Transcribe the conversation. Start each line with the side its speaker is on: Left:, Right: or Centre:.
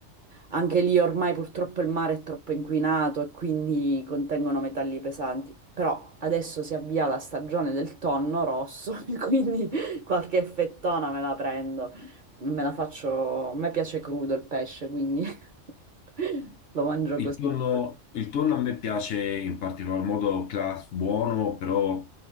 Right: anche lì ormai purtroppo il mare è troppo inquinato e quindi contengono metalli pesanti. Però adesso si avvia la stagione del tonno rosso, <laughs> e quindi qualche fettona me la prendo. Me la faccio, a me piace crudo il pesce, quindi <laughs> lo mangio
Left: Il
Right: così.
Left: tonno, il tonno a me piace in particolar modo class buono, però